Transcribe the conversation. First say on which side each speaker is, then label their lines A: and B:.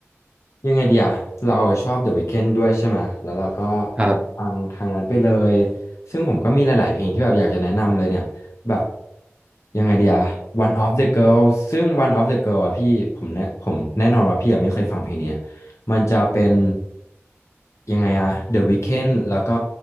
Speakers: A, on the left; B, on the right.
A: ยังไงเดีย เราชอบ The Weeknd ด้วยใช่ไหม แล้วเราก็อัดฟังทางนั้นไปเลย
B: ครับ
A: ซึ่งผมก็มีหลายๆเพลงที่แบบอยากจะแนะนำเลยเนี่ย แบบยังไงเดีย One of the Girl ซึ่ง One of the Girl อะพี่ผมแน่ผมแน่นอนว่าพี่อะไม่เคยฟังเพลงนี้ มันจะเป็นยังไงอะ The Weeknd แล้วก็